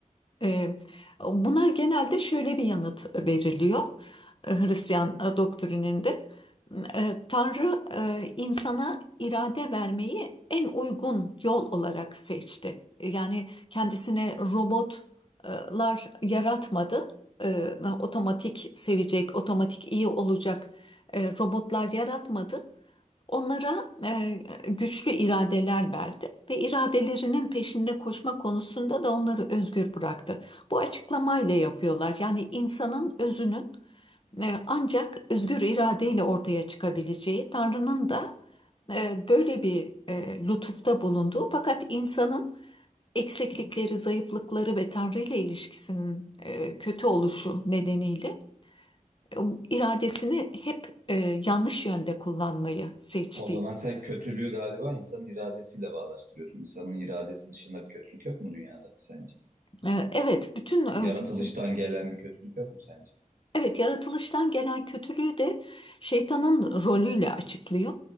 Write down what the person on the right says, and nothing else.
O zaman sen kötülüğü galiba insanın iradesiyle bağdaştırıyorsun. İnsanın iradesi dışında bir kötülük yok mu dünyada sence?
Yaratılıştan
gelen bir kötülük yok mu sence?